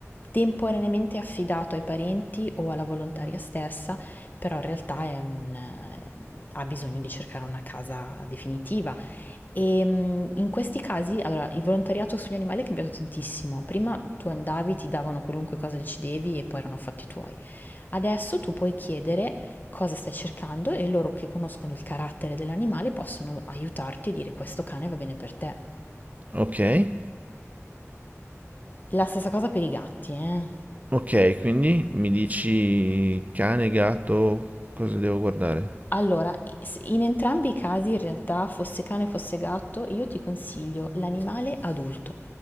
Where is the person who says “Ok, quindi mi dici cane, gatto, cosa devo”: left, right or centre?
Right